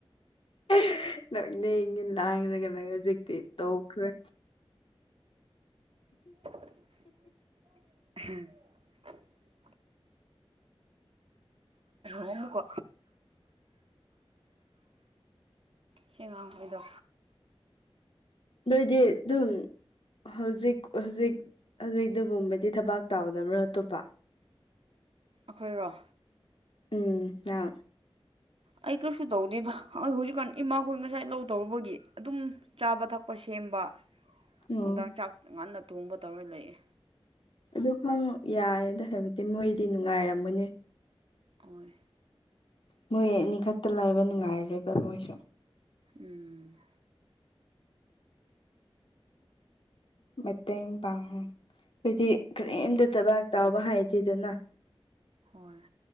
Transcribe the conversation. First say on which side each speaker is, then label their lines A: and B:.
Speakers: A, on the left (about 65°); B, on the right (about 70°).
A: ꯏ ꯂꯥꯡꯉ ꯍꯧꯖꯤꯛꯛꯇ ꯇꯈ꯭ꯔꯦ
B: <inaudible> ꯃꯣꯃꯀꯣ ꯁꯤꯉ ꯍꯣꯏꯗ
A: ꯑꯗꯨꯏꯗꯤ ꯑꯗꯨꯝ ꯍꯧꯖꯤꯛ ꯍꯧꯖꯤꯛ ꯍꯧꯖꯤꯛꯇꯒꯨꯝꯕꯗꯤ ꯊꯕꯥꯛ ꯇꯧꯗꯕ꯭ꯔꯥ ꯑꯇꯣꯞꯄ
B: ꯑꯩꯈꯣꯏꯔꯣ
A: ꯎꯝ ꯑꯥ
B: ꯑꯩ ꯀꯩꯁꯨ ꯇꯧꯗꯦꯗ ꯑꯩ ꯍꯧꯖꯤꯛꯀꯥꯟ ꯏꯃꯥꯈꯣꯏ ꯉꯁꯥꯏ ꯂꯧ ꯇꯧꯔꯨꯕꯒꯤ ꯑꯗꯨꯝ ꯆꯥꯕ ꯊꯛꯄꯁꯦ ꯁꯦꯝꯕ
A: ꯎꯝ
B: ꯅꯨꯡꯗꯥꯡ ꯆꯥꯛ ꯉꯟꯅ ꯊꯣꯡꯕ ꯇꯧꯔ ꯂꯩꯌꯦꯦ
A: ꯑꯗꯨ ꯈꯪꯉ ꯌꯥꯏꯗ ꯍꯥꯏꯕꯗꯤ ꯃꯣꯏꯗꯤ ꯅꯨꯡꯉꯥꯏꯔꯝꯃꯅꯦ
B: ꯑꯣꯏ
A: ꯃꯣꯏꯅꯤ ꯈꯛꯇ ꯂꯥꯏꯕ ꯅꯨꯡꯉꯥꯏꯔꯣꯏꯕ ꯃꯣꯏꯁꯨ
B: ꯎꯝ
A: ꯃꯠꯇ ꯄꯥꯡꯉ ꯍꯥꯏꯗꯤ ꯀꯔꯤꯝꯇ ꯊꯕꯥꯛ ꯇꯥꯎꯕ ꯍꯥꯏꯗꯦꯗꯅ
B: ꯍꯣꯏ